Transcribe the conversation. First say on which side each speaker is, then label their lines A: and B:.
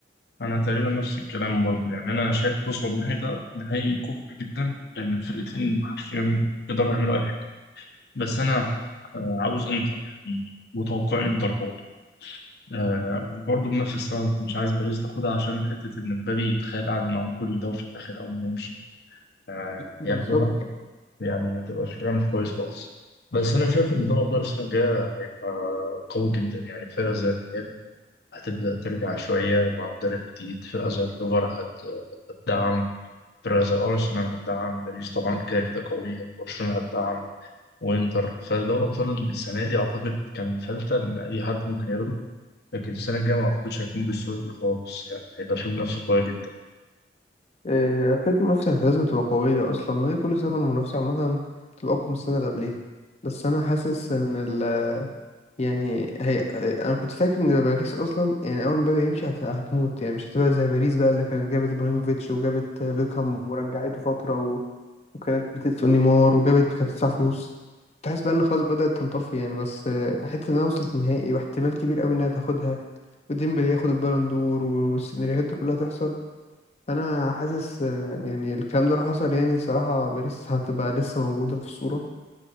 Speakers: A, on the left; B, on the left.
A: انا تقريبا نفس الكلام برضه يعني انا شايف بص هو النهائي ده نهائي كفء جدا لان الفرقتين حرفيا يقدروا يعملوا اي حاجه بس انا آه، عاوز انتر يعني وتوقع انتر برضه آه وبرضه بنفس السبب مش عايز باريس تاخدها عشان حته ان مبابي يتخيل قاعد معاهم كل ده وفي الاخر اول ما يمشي آه
B: بالظبط
A: ياخدوها يعني هتبقى شكلها مش كويس خالص بس انا شايف ان دوري ابطال السنه الجايه هيبقى قوي جدا يعني فرقه زي الريال هتبدأ ترجع شوية مع مدرب جديد فرقة زي الليفر هت- هتدعم فرقة زي أرسنال هتدعم باريس طبعا كده كده قوية برشلونة هتدعم وإنتر فدوري الأبطال السنة دي أعتقد كان فلتة إن أي حد ممكن ياخده لكن السنة الجاية ما أعتقدش هيكون بالسهولة دي خالص يعني هيبقى فيه منافسة قوية جدا
B: آه، فكرة المنافسة لازم تبقى قوية أصلا وهي كل سنة المنافسة عامة تبقى أقوى من السنة اللي قبليها بس أنا حاسس إن ال يعني هي أنا كنت فاكر إن باريس أصلا يعني أول ما مبابي يمشي هت- هتموت يعني مش هتبقى زي باريس بقى اللي كانت جابت إبراهيموفيتش وجابت بيكهام ورجعته فترة و... وكانت بتدفع نيمار وجابت كانت بتدفع فلوس كنت حاسس بقى إن خلاص بدأت تنطفي يعني بس آه، حتة إنها وصلت نهائي واحتمال كبير أوي إنها تاخدها وديمبلي ياخد البالون دور والسيناريوهات دي كلها تحصل انا حاسس آه، يعني الكلام ده لو حصل يعني الصراحه باريس هتبقى لسه موجوده في الصوره